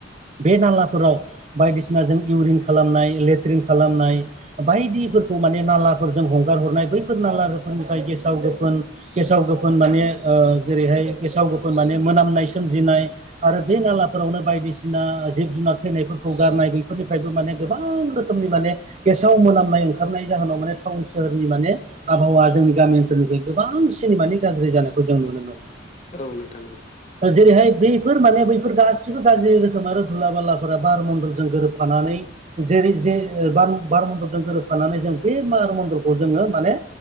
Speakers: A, on the right (about 40°); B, on the left (about 40°).
A: बे नालाफोराव बायदिसिना जों इउरिन खालामनाय ले त्रिन खालामनाय बायदिफोरखौ माने नालाफोरजों हगार हरनाय बैफोर नालाफोरनिफ्राय गेसाव गोफोन गेसाव गोफोन माने ओ जेरैहाय गेसाव गोफोन माने मोनामनाय सोमजिनाय आरो बे नाला फोरावनो बायदिसिना जिब जुनार थैनायफोरखौ गारनाय बैफोरनिफ्रायबो माने गोबां रोखोमनि माने गेसाव मोनामनाय ओंखारनाय जाहोनाव माने टाउन सोहोरनि माने आबहावाया जोंनि गामि ओनसोलनिख्रैबो गोबां सिनमानि गाज्रि जानायखौ जों नुनो मोनो ।
B: औ नोंथां औ ।
A: जेरैहाय बैफोर माने बैफोर गासिबो गाज्रि रोखोम आरो धुला बालाफोरा बार मन्दलजों गोरोबफानानै जेरै जे बार बार मन्दलजों गोरोबफानानै जों बे बार मन्दल खौ जोङो माने